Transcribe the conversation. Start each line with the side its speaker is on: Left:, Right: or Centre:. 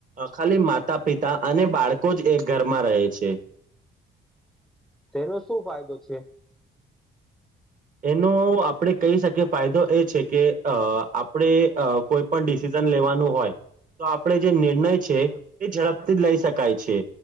Right: ખાલી માતા પિતા અને બાળકો જ એક ઘરમાં રહે છે
Centre: તેનો શું ફાયદો છે?
Right: એનો આપડે કહી શકીએ ફાયદો એ છે કે અ આપડે અ કોઈ પણ ડિસિઝન લેવાનું હોય તો આપડે જે નિર્ણય છે એ ઝડપથી જ લઈ શકાય છે